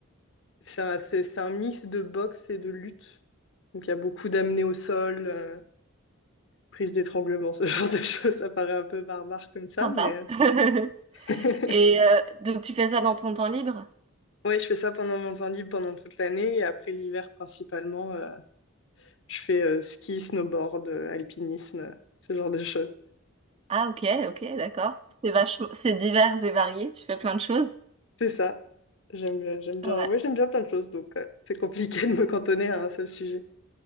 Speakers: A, on the left; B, on the right.
A: c'est un, c'est- c'est un mix de boxe et de lutte. Donc, il y a beaucoup d'amener au sol, euh, prise d'étranglement, <laughs> ce genre de choses. Ça paraît un peu barbare comme ça.
B: sympa.
A: Mais
B: <laughs>
A: oui,
B: Et
A: <laughs>
B: euh, donc, tu fais ça dans ton temps libre?
A: je fais ça pendant mon temps libre, pendant toute l'année. Et après l'hiver, principalement, euh, je fais euh, ski, snowboard, euh, alpinisme, euh, ce genre de choses.
B: Ah, ok, ok, d'accord. C'est vachement, c'est divers et varié. Tu fais plein de choses.
A: C'est ça. J'aime bien, j'aime bien,
B: Ouais,
A: ouais, j'aime bien plein de choses, donc euh, c'est compliqué <laughs> de me cantonner à un seul sujet.